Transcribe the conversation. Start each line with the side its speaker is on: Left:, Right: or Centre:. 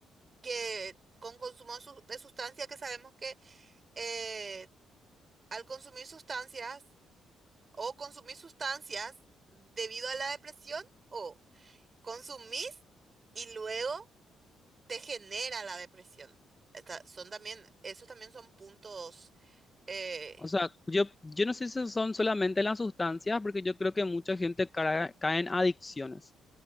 Right: que con consumo de sus- de sustancias que sabemos que eh, al consumir sustancias o consumir sustancias debido a la depresión o consumís y luego te genera la depresión. Esta- son también, esos también son puntos. eh,
Left: O sea, yo, yo no sé si son solamente las sustancias, porque yo creo que mucha gente cara- cae en adicciones.